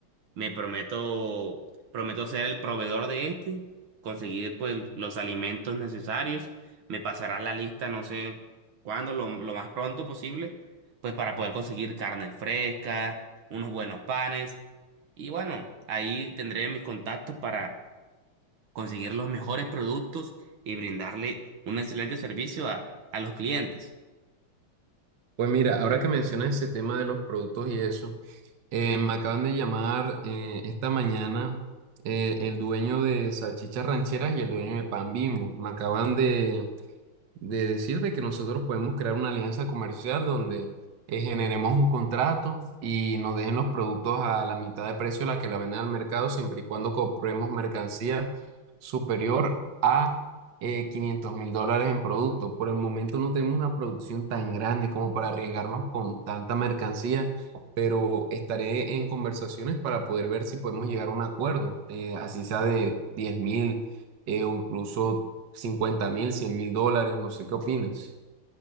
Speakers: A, on the right (about 75°); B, on the right (about 60°).
A: me prometo, prometo ser el proveedor de este, conseguir pues los alimentos necesarios. Me pasarás la lista, no sé cuándo, lo, lo más pronto posible, pues para poder conseguir carne fresca, unos buenos panes. Y bueno, ahí tendré mis contactos para conseguir los mejores productos y brindarle un excelente servicio a, a los clientes.
B: Pues mira, ahora que mencionas ese tema de los productos y eso, eh, me acaban de llamar eh, esta mañana eh, el dueño de Salchichas Rancheras y el dueño de Pan Bimbo. Me acaban de, de decirte que nosotros podemos crear una alianza comercial donde eh, generemos un contrato y nos dejen los productos a la mitad de precio a la que la venden al mercado, siempre y cuando compremos mercancía superior a eh, quinientos mil dólares en producto. Por el momento no tenemos una producción tan grande como para arriesgarnos con tanta mercancía, pero estaré en conversaciones para poder ver si podemos llegar a un acuerdo, eh, así sea de diez mil. eh, o incluso cincuenta mil, cien mil dólares, no sé qué opinas.